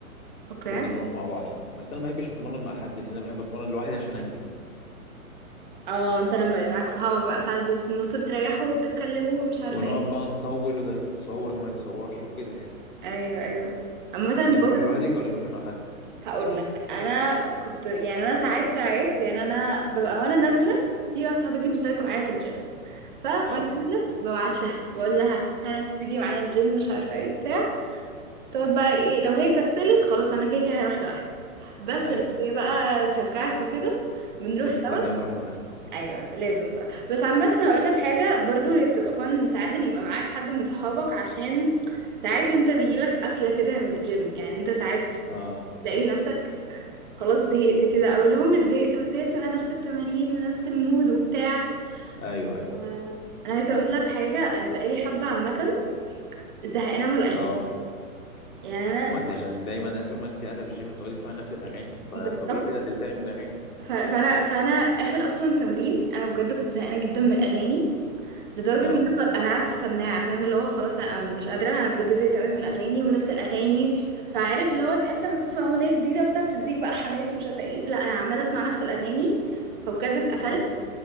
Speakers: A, on the right (about 35°); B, on the left (about 75°).
A: اوكي
B: فكنا بنروح مع بعض يعني بس انا ما بحبش اتمرن مع حد لان انا بحب اتمرن لوحدي عشان انجز
A: اه انت لما يبقى معاك صحابك بقى ساعات بت- في النص بتريحوا وبتتكلموا ومش عارفه
B: ونقعد
A: ايه
B: بقى نطول وده يتصور وده ما يتصورش وكده يعني
A: ايوه ايوه عامه
B: انت بتروحي
A: برضو
B: لوحدك ولا بتروحي مع حد
A: هقول لك انا كنت يعني انا ساعات ساعات يعني انا ببقى وانا نازله في واحده صاحبتي مشتركه معايا في الجيم فوانا
B: اه
A: نازله ببعت لها بقول لها ها تيجي معايا الجيم مش عارفه ايه بتاع تقعد بقى ايه لو هي كسلت خلاص انا كده كده هروح لوحدي بس
B: ايوه
A: لو هي بقى اتشجعت وكده بنروح
B: بتستني
A: سوا
B: وتروحي معاه
A: ايوه لازم صراحه بس عامه هقول لك حاجه برضو هي بتبقى فن ساعات ان يبقى معاك حد من صحابك عشان ساعات انت بيجيلك قفله كده من الجيم يعني انت ساعات
B: اه
A: تلاقي نفسك خلاص زهقت كده او اللي هو مش زهقت بس هي بتبقى نفس التمارين ونفس المود وبتاع
B: ايوه ايوه
A: آه، انا عايزه اقول لك حاجه انا بقالي حبه عامه زهقانه من الاغاني
B: اه
A: يعني انا
B: ما انت عشان دايما طول ما انت قاعده في الجيم بتقعدي تسمعي نفس الاغاني فطبيعي
A: بالظبط
B: كده هتزهقي من الاغاني
A: ف- فانا فانا اخر اصلا تمرين انا بجد كنت زهقانه جدا من الاغاني لدرجه
B: اه
A: ان انا خ- انا قعدت السماعه فاهم اللي هو خلاص انا مش قادره انا بجد زهقت قوي من الاغاني ونفس الاغاني فعارف اللي هو ساعات لما بتسمع اغنيه جديده وبتاع بتديك بقى حماس ومش عارفه ايه فلا انا عماله اسمع نفس الاغاني فبجد اتقفلت
B: اه